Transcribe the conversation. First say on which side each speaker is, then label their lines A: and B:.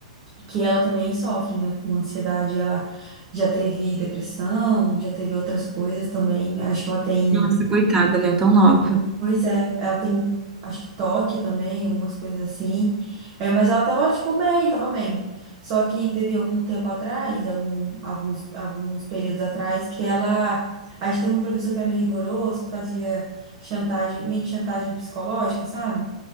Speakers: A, on the right; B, on the right.
A: que ela também sofre, né, com ansiedade. Ela já teve depressão, já teve outras coisas também. Acho que ela tem.
B: Nossa, coitada, né? Tão nova.
A: Pois é, ela tem, acho que toque também, algumas coisas assim. É, mas ela tava, tipo, bem, tava bem. Só que teve algum tempo atrás, algum, alguns, alguns períodos atrás, que ela. A gente teve um professor que era meio rigoroso, que fazia chantagem, meio que chantagem psicológica, sabe?